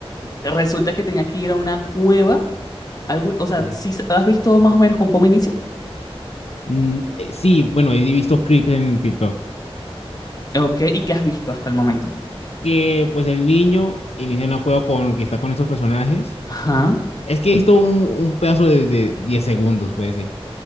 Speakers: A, on the left; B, on the left.
A: resulta que tenía que ir a una cueva. Algún, o
B: Sí.
A: sea, si has visto más o menos con cómo inicia?
B: Mm, eh, sí, bueno, he visto clips en TikTok,
A: Ok, ¿y qué has visto hasta el momento?
B: que pues el niño inicia un acuerdo con que está con estos personajes.
A: Ajá,
B: Es que he visto un, un pedazo de, de 10 segundos, puede ser.